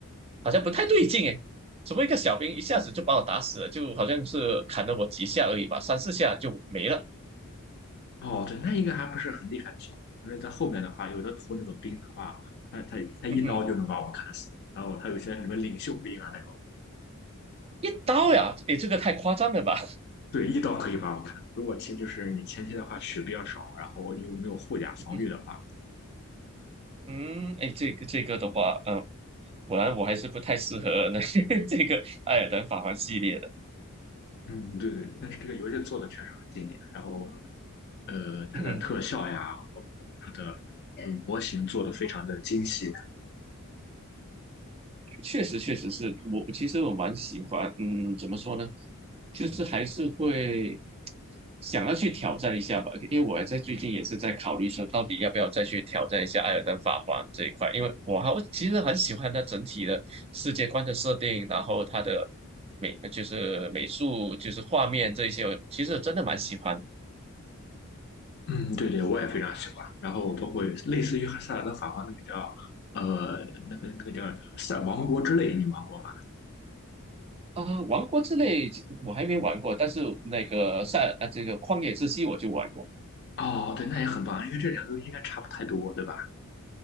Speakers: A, on the right; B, on the left.
A: 好像不太对劲诶，怎么一个小兵一下子就把我打死了，就好像是砍了我几下而已吧，三四下就没了，
B: 了。哦，对，那应该还不是很厉害的小兵，因为在后面的话，有的图那个兵的话，他他他一刀就能把我砍死，
A: 嗯哼，
B: 然后他有些什么领袖兵啊那种，
A: 一刀呀，诶，这个太夸张了吧，
B: 对，一刀可以把我砍。如果前就是你前期的话血比较少，然后又没有护甲防御的话，
A: <laughs> 嗯，哎，这个这个的话，嗯、果然我还是不太适合那 <laughs> 这个《艾尔登法环》系列的，
B: 嗯，对对，但是这个游戏做的确实很经典，然后。呃，它的特效呀，
A: <laughs>
B: 包括它的嗯模型做的非常的精细。
A: 确实确实是我其实我蛮喜欢，嗯，怎么说呢，就是还是会想要去挑战一下吧，因为我还在最近也是在考虑说，到底要不要再去挑战一下艾尔登法环这一块，因为我还我其实很喜欢它整体的世界观的设定，然后它的美就是美术就是画面这一些，我其实真的蛮喜欢啊，
B: 嗯，对对，我也非常喜欢。然后包括类似于《塞尔达法王那个叫呃那个那个叫《塞王国之泪》，你玩过吗？
A: 呃王国之泪我还没玩过，但是那个塞呃这个旷野之息我就玩过。
B: 哦，对，那也很棒，因为这两个应该差不太多，对吧？